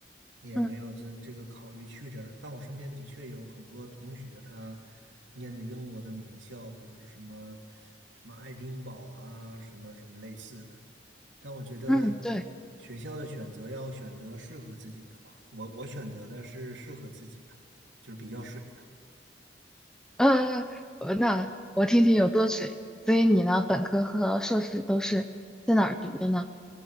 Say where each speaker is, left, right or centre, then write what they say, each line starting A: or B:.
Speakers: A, on the right; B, in the centre.
A: 也没有这这个考虑去这儿，
B: 嗯
A: 但我身边的确有很多同学，他念的英国的名校，比如说什么什么爱丁堡啊，什么什么类似的。但我觉得
B: 嗯，对，
A: 学校的选择要选择适合自己的吧。我我选择的是适合自己的，就是比较水的。
B: 呃，呃那我听听有多水。所以你呢，本科和硕士都是在哪儿读的呢？